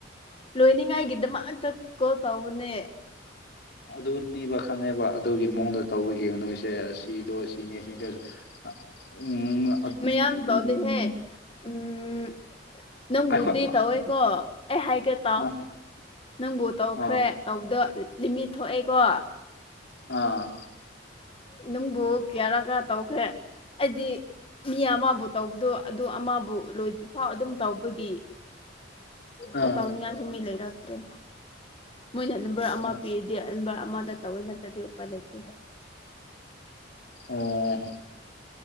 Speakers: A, on the left (about 30°); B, on the left (about 55°).
A: ꯂꯣꯏꯅꯤꯡꯉꯥꯏꯒꯤꯗꯃꯛꯇ ꯀꯣꯜ ꯇꯧꯕꯅꯦ
B: ꯑꯗꯨꯅꯤꯕ ꯈꯪꯉꯦꯕ ꯑꯗꯨꯒꯤ ꯃꯑꯣꯡꯗ ꯇꯧꯕꯤꯒꯤ ꯅꯣꯏꯁꯦ ꯁꯤꯗꯣ ꯁꯤꯅꯦ ꯁꯤꯗꯁꯨ ꯑꯥ ꯎꯪ ꯑꯥ
A: ꯃꯌꯥꯝ ꯇꯧꯗꯦꯍꯦ ꯎꯝ ꯅꯪꯕꯨꯗꯤ
B: ꯑꯩꯈꯣꯏ
A: ꯇꯧꯋꯦꯀꯣ ꯑꯩ ꯍꯥꯏꯒꯦ ꯇꯥꯎ
B: ꯑꯥ
A: ꯅꯪꯕꯨ ꯇꯧꯈ꯭ꯔꯦ
B: ꯑꯥ
A: ꯇꯧꯕꯗꯣ ꯂꯤꯃꯤꯠ ꯊꯣꯛꯑꯦꯀꯣ
B: ꯑꯥ
A: ꯅꯪꯕꯨ ꯀꯤꯌꯥꯔꯥ ꯀ ꯇꯧꯈ꯭ꯔꯦ ꯑꯩꯗꯤ ꯃꯤ ꯑꯃꯕꯨ ꯇꯧꯕꯗꯣ ꯑꯗꯨ ꯑꯃꯕꯨ ꯂꯣꯏꯗꯔꯤꯐꯥꯎ ꯑꯗꯨꯝ ꯇꯧꯕꯒꯤ
B: ꯑꯥ
A: ꯀꯣ ꯇꯥꯎꯅꯤꯡꯉꯥꯏꯁꯨ ꯃꯤ ꯂꯩꯔꯛꯇ꯭ꯔꯦ ꯃꯣꯏꯅ ꯅꯝꯕꯔ ꯑꯃ
B: ꯑꯣ
A: ꯄꯤꯔꯗꯤ ꯍꯦꯟꯕ ꯑꯃꯗ ꯇꯧꯋꯤ ꯅꯠꯇꯔꯗꯤ ꯎꯄꯥꯏ ꯂꯩꯇꯦ
B: ꯑꯣ